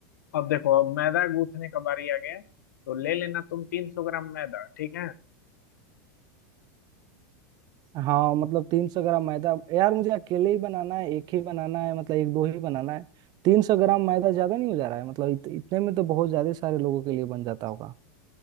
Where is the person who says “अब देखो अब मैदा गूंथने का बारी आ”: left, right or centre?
Left